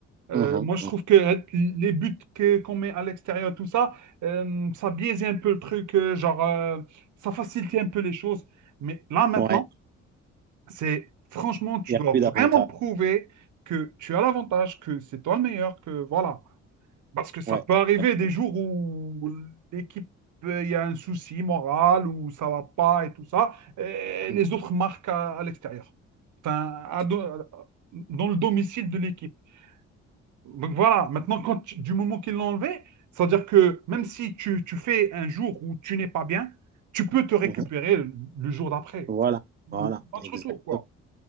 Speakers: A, on the right (about 55°); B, on the right (about 25°).
A: Euh,
B: Mhm,
A: moi, je
B: mhm.
A: trouve que euh, les buts que- qu'on met à l'extérieur, tout ça, euh, ça biaisait un peu le truc, euh, genre, euh, ça facilitait un peu les choses. Mais là, maintenant,
B: Ouais,
A: c'est franchement, tu
B: il n'y
A: dois
B: a plus
A: vraiment
B: d'avantages.
A: prouver que tu as l'avantage, que c'est toi le meilleur, que voilà. Parce que ça
B: Ouais,
A: peut arriver
B: exactement.
A: des jours où l'équipe, euh, il y a un souci moral, où ça va pas et tout ça, et
B: Mhm,
A: les autres marquent à, à l'extérieur. Enfin, à
B: tout-
A: do- dans le domicile de l'équipe. Donc voilà, maintenant, quand tu- du moment qu'ils l'ont enlevé, c'est-à-dire que même si tu, tu fais un jour où tu n'es pas bien, tu peux te récupérer
B: mhm.
A: le, le jour d'après.
B: Voilà,
A: Enfin,
B: voilà,
A: le match
B: exactement.
A: retour, quoi.